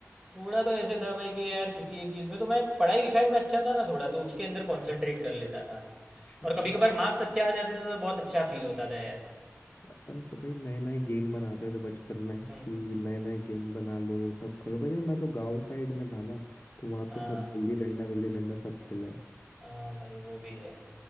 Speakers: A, on the right; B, on the left.
A: थोड़ा तो ऐसे था भाई कि यार किसी एक चीज़ में तो मैं पढ़ाई लिखाई में अच्छा था ना थोड़ा तो उसके अंदर कंसंट्रेट कर लेता था
B: जाता
A: और कभी कभार मार्क्स अच्छे आ जाते थे तो बहुत अच्छा फील होता था यार
B: अपन तो भाई नए नए गेम बनाते थे बचपन में
A: हम्म,
B: कि नए नए गेम बना लो सब करो भाई और मैं तो गांव साइड में था ना तो वहाँ
A: हाँ
B: तो सब गिल्ली
A: भाई
B: डंडा विल्ली डंडा सब खेला है
A: हाँ भाई वो भी है